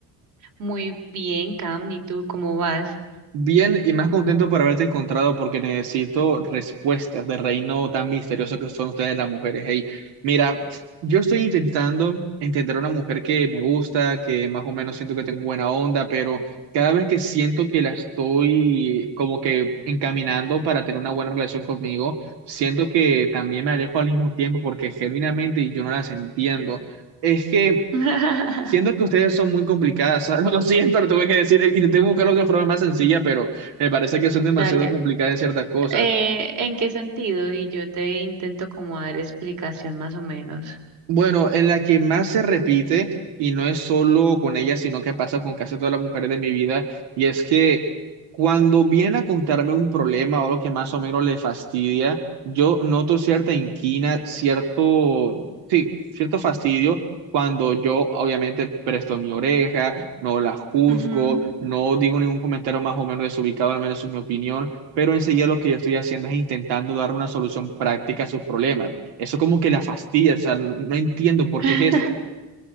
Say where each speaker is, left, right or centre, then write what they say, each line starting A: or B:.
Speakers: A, on the right (about 45°); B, on the right (about 90°).
A: Muy bien, Cam, ¿y tú cómo vas?
B: Bien y más contento por haberte encontrado porque necesito respuestas del reino tan misterioso que son ustedes las mujeres. Hey, mira, yo estoy intentando entender a una mujer que me gusta, que más o menos siento que tengo buena onda, pero cada vez que siento que la estoy como que encaminando para tener una buena relación conmigo, siento que también me alejo al mismo tiempo porque genuinamente yo no las entiendo. Es que
A: <laughs>
B: Siento que ustedes son muy complicadas, <laughs> lo siento, lo tuve que decir, intenté buscar otra forma más sencilla, pero me parece que son demasiado
A: Dale.
B: complicadas en ciertas cosas.
A: Eh, ¿en qué sentido? Y yo te intento como dar explicación más o menos.
B: Bueno, en la que más se repite, y no es solo con ella, sino que pasa con casi todas las mujeres de mi vida, y es que cuando vienen a contarme un problema o lo que más o menos le fastidia, yo noto cierta inquina, cierto, sí, cierto fastidio cuando yo obviamente presto mi oreja, no la juzgo,
A: Ujú.
B: no digo ningún comentario más o menos desubicado, al menos es mi opinión, pero enseguida lo que yo estoy haciendo es intentando dar una solución práctica a sus problemas. Eso como que la fastidia, o sea, no entiendo por
A: <laughs>
B: qué es eso.